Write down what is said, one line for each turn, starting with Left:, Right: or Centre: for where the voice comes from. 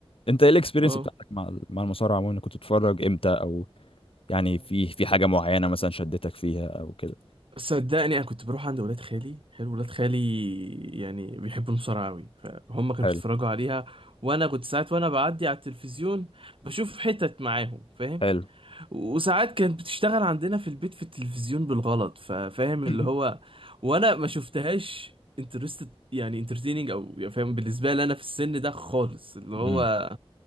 Left: انت ايه الاكسبيرينس
Right: اه
Left: بتاعتك مع ال- مع المصارعه عموما كنت بتتفرج امتى او يعني في في حاجه معينه مثلا شدتك فيها او كده
Right: صدقني انا كنت بروح عند ولاد خالي حلو ولاد خالي يعني بيحبوا المصارعه قوي فهم كانوا
Left: حلو
Right: بيتفرجوا عليها وانا كنت ساعات وانا بعدي على التلفزيون بشوف حتت معاهم فاهم
Left: حلو
Right: وساعات كانت بتشتغل عندنا في البيت في التلفزيون بالغلط ففاهم
Left: <laughs>
Right: اللي هو وانا ما شفتهاش انترستد يعني انترتيننج او يعني فاهم بالنسبه لي انا في السن ده خالص اللي هو
Left: امم